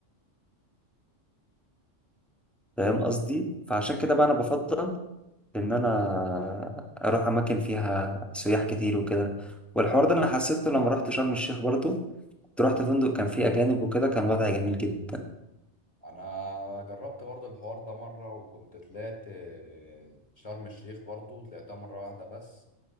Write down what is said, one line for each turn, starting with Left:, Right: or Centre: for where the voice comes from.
Centre: فاهم قصدي فعشان كده بقى انا بفضل ان انا اروح اماكن فيها سياح كتير وكده والحوار ده انا حسيته لما رحت شرم الشيخ برضو كنت رحت فندق كان فيه اجانب وكده كان وضع جميل جدا
Left: انا جربت برضو الحوار ده مره وكنت طلعت آه، شرم الشيخ برضو طلعتها مره واحده بس